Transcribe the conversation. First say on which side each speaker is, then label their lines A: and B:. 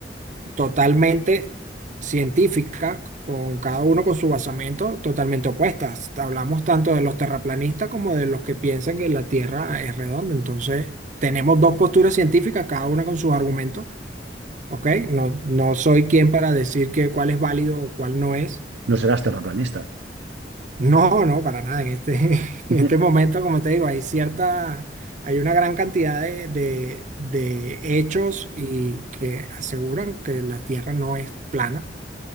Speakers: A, on the right; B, on the right.
A: totalmente científicas, con cada uno con su basamento totalmente opuestas. Hablamos tanto de los terraplanistas como de los que piensan que la Tierra es redonda. Entonces, tenemos dos posturas científicas, cada una con sus argumentos, ¿ok? No, no soy quien para decir que cuál es válido o cuál no es.
B: No serás terraplanista.
A: No, no, para nada. En este, <laughs> en
B: <laughs>
A: este momento, como te digo, hay cierta, hay una gran cantidad de, de, de hechos y que aseguran que la Tierra no es plana.